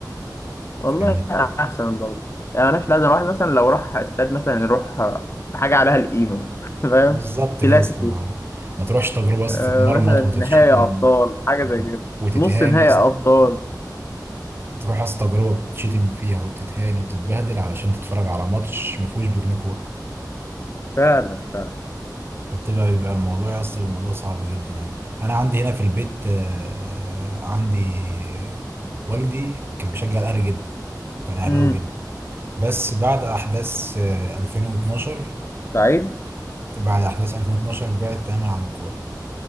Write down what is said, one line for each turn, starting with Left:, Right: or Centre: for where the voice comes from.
Left: والله
Right: فاهمني
Left: احسن برضه يعني ملهاش لازمه واحد مثلا لو راح استاد مثلا يروح آه، حاجه عليها القيمه <laughs> فاهم
Right: بالظبط
Left: كلاسيكو
Right: كده اصلا ما ما تروحش تجربه بس
Left: آه
Right: تتمرمط
Left: مثلا
Right: وتتشتم
Left: نهائي ابطال حاجه
Right: وتت...
Left: زي كده
Right: وتتهان
Left: نص نهائي
Right: يا اسطى
Left: ابطال
Right: تروح اصلا تجربه بتتشتم فيها وبتتهان وبتتبهدل علشان تتفرج على ماتش ما فيهوش بجنيه كوره
Left: فعلا فعلا
Right: فبتبقى بيبقى الموضوع يا اسطى الموضوع صعب جدا يعني انا عندي هنا في البيت آه، عندي والدي كان بيشجع الاهلي جدا كان اهلاوي
Left: امم
Right: جدا بس بعد احداث آه، 2012
Left: سعيد
Right: بعد أحداث 2012 بعد تماما عن الكورة